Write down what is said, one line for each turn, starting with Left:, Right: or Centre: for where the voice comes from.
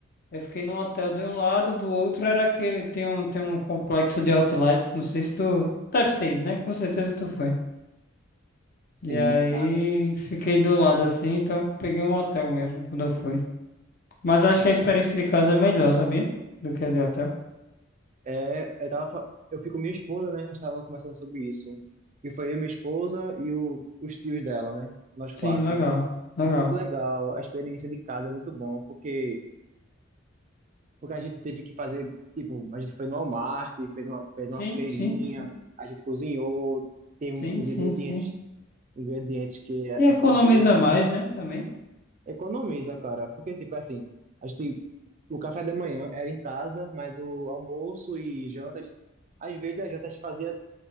Left: eu fiquei num hotel de um lado, do outro era aquele, tem um, tem um complexo de outlets, não sei se tu deve ter ido, né? Com certeza tu foi. E
Right: Sim,
Left: aí, fiquei do lado assim, então peguei um hotel mesmo quando eu fui. Mas acho que a experiência de casa é melhor, sabia? Do que a de hotel.
Right: É, eu tava, fa- eu fico com minha esposa, né? A gente tava conversando sobre isso. E foi eu, minha esposa e o, os tios dela, né? Nós quatro.
Left: Sim, legal, legal.
Right: Muito legal. A experiência de casa é muito bom, porque, porque a gente teve que fazer, tipo, a gente foi no Walmart, fez uma, fez
Left: Sim,
Right: uma feirinha,
Left: sim, sim,
Right: a gente cozinhou, tem
Left: sim,
Right: uns
Left: sim,
Right: ingredientes,
Left: sim.
Right: ingredientes que é,
Left: E
Right: é só
Left: economiza
Right: deles.
Left: mais, né, também.
Right: Economiza, cara. Porque, tipo, assim, a gente, o café da manhã era em casa, mas o almoço e janta, às vezes a janta a gente fazia